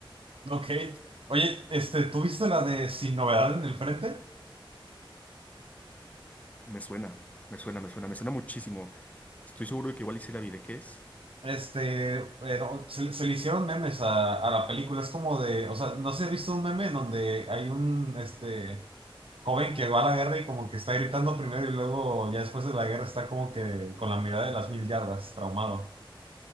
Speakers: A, on the right; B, on the left.
A: ok. Oye, este, ¿tú viste la de Sin Novedad en el Frente?
B: Me suena, me suena, me suena, me suena muchísimo. Estoy seguro de que igual hice la vi. ¿De qué es?
A: Este, bueno, se, se le hicieron memes a, a la película, es como de, o sea, no sé si has visto un meme en donde hay un, este joven que va a la guerra y como que está gritando primero y luego ya después de la guerra está como que con la mirada de las mil yardas, traumado.